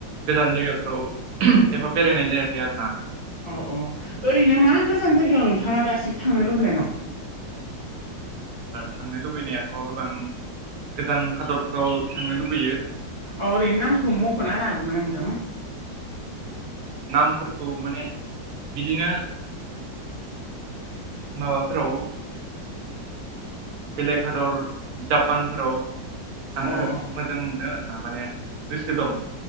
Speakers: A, on the right (about 80°); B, on the left (about 80°).
A: गोजान जायगाफ्राव एफा बेरायनाय जायाखै आरो ना
B: अ अ ओरैनो मा गोजान जायगायाव नोंथाङा दासिम थांनो लुबैनानै दं
A: थांनो लुबैनायाथ' गोबां गोजान हादरफ्राव थांनो लुुबैयो
B: अ ओरैनो नामखौ मख'ना होनो हागौमोन नोंथां
A: नामफोरखौ माने बिदिनो माबाफोराव बेलेग हादर जापानफोराव थांनो
B: अ अ
A: मोजां मोनो आरो माने गोसो दं